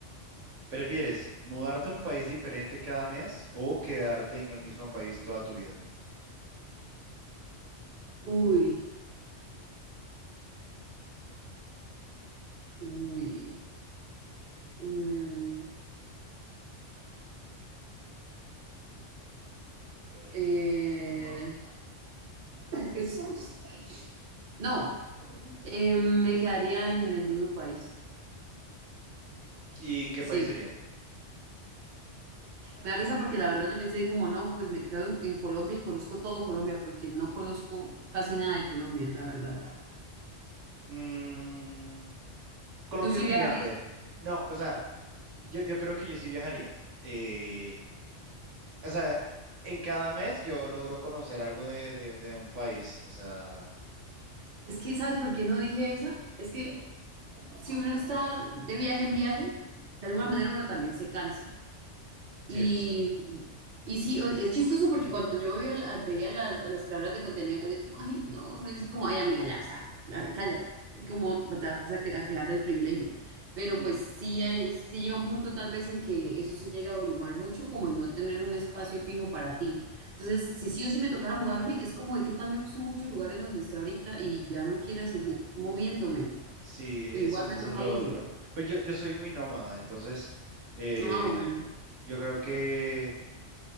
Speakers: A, on the right (about 85°); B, on the right (about 45°).
A: ¿Prefieres mudarte a un país diferente cada mes o quedarte en el mismo país toda tu vida?
B: Uy, uy. mm, eh, Jesús. No, Eh, me quedaría en el mismo país.
A: ¿Y qué
B: Sí,
A: país sería?
B: me da risa porque la verdad yo pensé como no, pues me quedo en Colombia y conozco todo Colombia porque no conozco casi nada de Colombia, la verdad.
A: Mm, Colombia
B: Tú sí
A: es
B: viajarías.
A: muy grande. No, o sea. Yo, yo creo que yo sí viajaría. Eh, o sea, en cada mes yo logro conocer algo de, de- de un país. O sea,
B: Es que, ¿sabes por qué no dije eso? Es que si uno está de viaje en viaje, de alguna manera uno también se cansa. Y,
A: sí, eso sí.
B: y sí, o- es chistoso porque cuando yo veía, a- veía a las, a las creadoras de contenido, casi como, ay, no, no es como, ay, amiga, ya, o sea, ya, cállate, como "No te vas a, que- a quejar del privilegio. Pero
A: Mm,
B: pues sí, es- sí llega un punto tal vez en que eso sí llega a abrumar mucho, como el no tener un espacio fijo para ti. Entonces, si sí o sí me tocara mudarme, es como de qué tal me gusta mucho el lugar en donde esté ahorita y ya no quiera seguir moviéndome,
A: sí,
B: o igual
A: eso, eso
B: me toca
A: es lo
B: irme.
A: otro. Pero yo, yo soy muy nómada, entonces eh,
B: Ah, bueno,
A: yo creo que